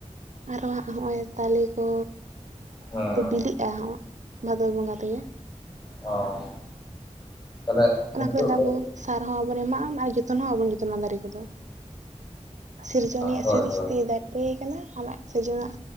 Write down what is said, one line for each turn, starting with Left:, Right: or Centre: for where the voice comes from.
Right: ᱟᱨᱚ ᱦᱟᱸᱜ ᱦᱚᱸᱜᱼᱚᱭ ᱛᱟᱞᱮ ᱠᱚ
Left: ᱦᱮᱸ
Right: ᱵᱤᱞᱤᱜᱼᱟ, ᱦᱟᱸᱜ ᱵᱷᱟᱫᱽᱨ ᱵᱚᱸᱜᱟ ᱛᱮᱜᱮ
Left: ᱚ ᱛᱟᱦᱚᱞᱮ ᱱᱤᱛᱚᱜ
Right: ᱚᱱᱟ ᱠᱚᱨᱮ ᱫᱚ ᱟᱵᱚ ᱥᱟᱨ ᱦᱚᱸ ᱵᱟᱵᱚᱱ ᱮᱢᱟᱜᱼᱟ ᱟᱨ ᱡᱚᱛᱚᱱ ᱦᱚᱸ ᱵᱟᱵᱚᱱ ᱡᱚᱛᱚᱱ-ᱟ ᱫᱟᱨᱮ ᱠᱚᱫᱚ ᱥᱤᱨᱡᱚᱱᱤ
Left: ᱦᱳᱭ
Right: ᱥᱤᱨᱤᱡᱛᱮᱫ
Left: ᱦᱳᱭ
Right: ᱦᱩᱭ ᱠᱟᱱᱟ ᱟᱢᱟᱜ ᱥᱚᱡᱚᱱᱟᱜ